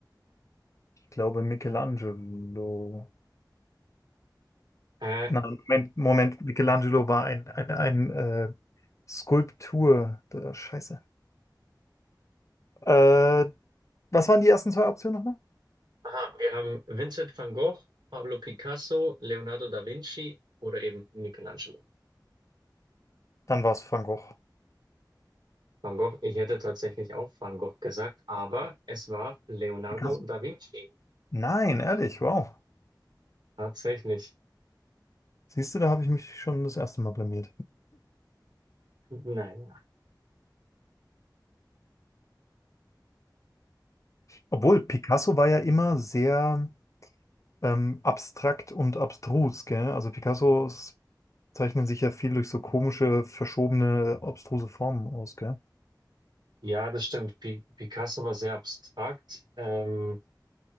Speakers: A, on the left (about 45°); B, on the right (about 70°).
A: Ich glaube Michelangelo.
B: Äh,
A: Nein, Moment, Moment, Michelangelo war ein, ein, ein äh, Skulptur. Da, scheiße. Äh, was waren die ersten zwei Optionen nochmal?
B: aha, wir haben Vincent van Gogh, Pablo Picasso, Leonardo da Vinci oder eben Michelangelo.
A: Dann war es Van Gogh.
B: Van Gogh, ich hätte tatsächlich auch Van Gogh gesagt, aber es war Leonardo
A: Picasso?
B: da Vinci.
A: Nein, ehrlich, wow.
B: Tatsächlich.
A: Siehst du, da habe ich mich schon das erste Mal blamiert.
B: Naja.
A: Obwohl, Picasso war ja immer sehr ähm, abstrakt und abstrus, gell? Also Picassos zeichnen sich ja viel durch so komische, verschobene, obstruse Formen aus, gell?
B: Ja, das stimmt. Pi Picasso war sehr abstrakt, ähm,